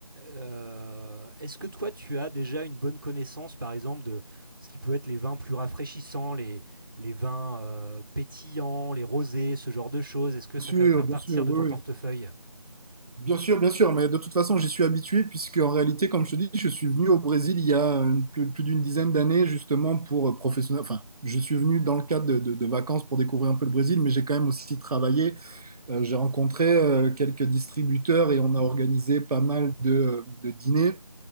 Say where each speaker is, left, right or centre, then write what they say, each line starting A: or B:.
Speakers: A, on the right; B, on the right.
A: euh, est-ce que toi, tu as déjà une bonne connaissance, par exemple, de ce qui peut être les vins plus rafraîchissants, les, les vins euh, pétillants, les rosés, ce genre de choses Est-ce que
B: Bien
A: ça
B: sûr,
A: fait faire
B: bien
A: partir
B: sûr,
A: de
B: oui,
A: ton portefeuille
B: oui. Bien sûr, bien sûr, mais de toute façon, j'y suis habitué puisque en réalité, comme je te dis, je suis venu au Brésil il y a euh, plus, plus d'une dizaine d'années justement pour euh, professionnel. Enfin, je suis venu dans le cadre de, de- de vacances pour découvrir un peu le Brésil, mais j'ai quand même aussi travaillé. Euh, j'ai rencontré euh, quelques distributeurs et on a organisé pas mal de, euh, de dîners